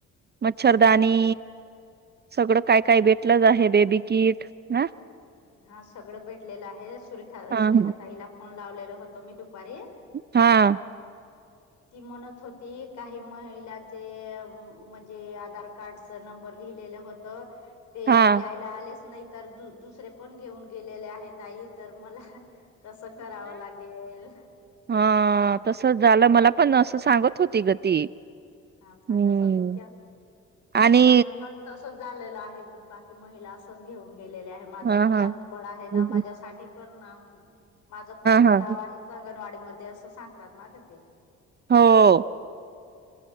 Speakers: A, on the right (about 35°); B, on the left (about 70°).
A: मच्छरदानी सगळं काय काय भेटलंच आहे बेबी किट ना
B: हा सगळं भेटलेलं आहे सुरेखा
A: हा-
B: सुरेखाताईला फोन लावलेलं होतो मी दुपारी
A: हा हा
B: ती म्हणत होती काही महिलांचे म्हणजे आधार कार्डच नंबर लिहिलेलं होत ते
A: हा
B: घ्यायला आलेच नाही तर द दुसरे पण घेऊन गेलेले आहेत आई तर मला कसं करावं लागेल?
A: हा तस झालं मला पण असं सांगत होती ग ती
B: हा सांगच
A: हम्म
B: होते का
A: आणि
B: माझ मन तसंच झालेलं आहे बाकी महिला असच घेऊन गेलेल्या आहे माझं
A: हा
B: पण
A: हा
B: लहान बाळ आहे
A: हा
B: ना माझ्यासाठी पण ना माझं पण तर
A: हा
B: नाव आहे अंगणवाडी मध्ये असं सांगतात ना ग ते?
A: हो